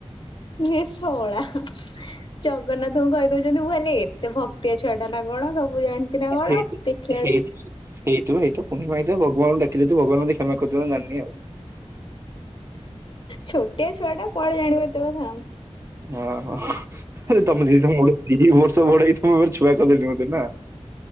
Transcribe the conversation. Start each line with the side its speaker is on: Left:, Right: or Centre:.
Left: ଏ ଷଳା। ଜଗନ୍ନାଥଙ୍କୁ କହିଦଉଛନ୍ତି। ମୁଁ ଭାବିଲି ଏତେ ଭକ୍ତିଆ ଛୁଆ ଟା ନା କଣ ସବୁ ଜାଣି ଚିନା କଣ,
Right: ହେଇଥି
Left: ଦେଖିଲାଡୁ
Right: ହେଇଥି ହେଇଥିବ ହେଇଥିବ ପୂର୍ଣିମା ହେଇଥିବ ଭଗବାନଙ୍କୁ ଡାକି ଦେଇଥିବୁ ଭଗବାନ ମତେ କ୍ଷମା କରିଦିଅ ମୁଁ ଜାଣିନି।
Left: ଛୋଟିଆ ଛୁଆଟା କୁଆଡେ ଜାଣିବ ଏତେ କଥା।
Right: ଓହୋ ଆରେ ତମେ ଦି ଜଣ ମୋଠୁ ଦି ବର୍ଷ ବଡ ହେଇକି ତମ ଆଗରେ ଛୁଆ କରିଦେଲଣି ମତେ ନା?